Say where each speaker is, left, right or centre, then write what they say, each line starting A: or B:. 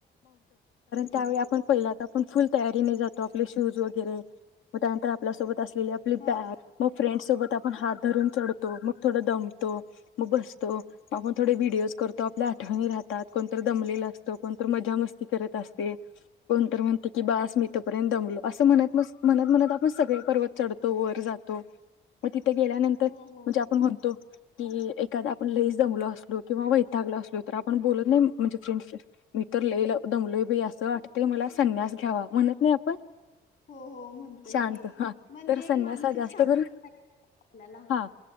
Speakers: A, on the left (about 80°); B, on the left (about 60°).
A: काय <unintelligible> पहिल आपण फुल तयारी नी जातो आपले शूज वगैरे आपल्या सोबत असलेली आपली
B: हा
A: बॅग फ्रेंड्सोबत आपण हात धरून चढतो. मग थोडं दमतो मग बसतो ग आपण थोडे व्हिडिओज करतो. आपल्या आठवणी राहतात, कोणत दमलेलं असतं. कोणत मजा मस्ती करत असते <inaudible> कोणत म्हणते की बस मी इथपर्यंत दमलो असं म्हणत म म्हणत म्हणत आपण सगळे पर्वत चढतो वर जातो‌. तो मग तिथे गेल्यानंतर म्हणजे
B: हो हो
A: आपण म्हणतो की एखाद आपण लईच दमलो असलो, किंवा वैतागल असलो, तर आपण बोलत नाही महणजे फ्रेंड मी तर लई दमलोय बई असं वाटते मला संन्यास घ्यावा म्हणत नाही आपण.
B: हो हो म्हणतोय
A: शांत
B: की
A: हा
B: म्हणजे
A: तर
B: एक
A: संन्यास
B: मानसिक
A: हा जास्त
B: शक्ती
A: करून
B: ां आपल्याला
A: हा